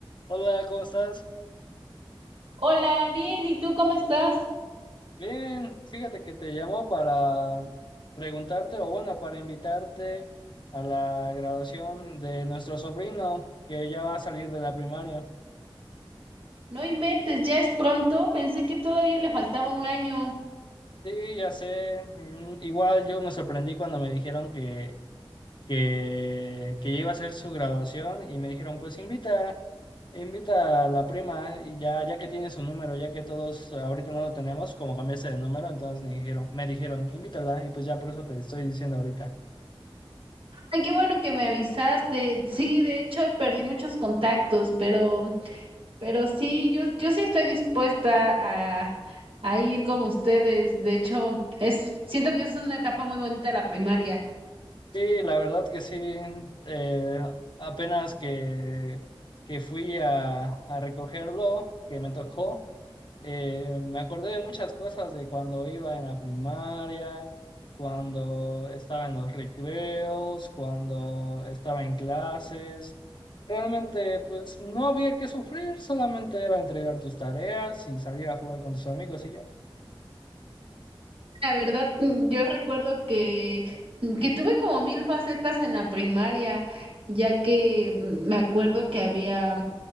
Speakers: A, on the left (about 55°); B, on the right (about 85°).
A: Hola, ¿cómo estás?
B: Hola, bien, ¿y tú cómo estás?
A: Bien, fíjate que te llamo para preguntarte, o bueno, para invitarte a la graduación de nuestro sobrino, que ya va a salir de la primaria.
B: No inventes, ya es pronto, pensé que todavía le faltaba un año.
A: Sí, ya sé, mm, igual yo me sorprendí cuando me dijeron que, que, que iba a ser su graduación y me dijeron, pues invita, invita a la prima y ya, ya que tiene su número, ya que todos ahorita no lo tenemos, como cambiaste de número, entonces me dijeron, me dijeron, invítala y pues ya por eso te estoy diciendo ahorita.
B: Ay, qué bueno que me avisaste. Sí, de hecho, hoy perdí muchos contactos, pero, pero sí, yo, yo sí estoy dispuesta a, a ir con ustedes. De hecho, es, siento que es una etapa muy bonita la primaria.
A: Sí, la verdad que sí. eh, apenas que, que fui a, a recogerlo, que me tocó, eh, me acordé de muchas cosas de cuando iba en la primaria, cuando estaba en los recreos, cuando estaba en clases. Realmente, pues no había que sufrir, solamente era entregar tus tareas y salir a jugar con tus amigos y ya.
B: La verdad, mm, yo recuerdo que, mm, que tuve como mil facetas en la primaria, ya que mm, me acuerdo que había.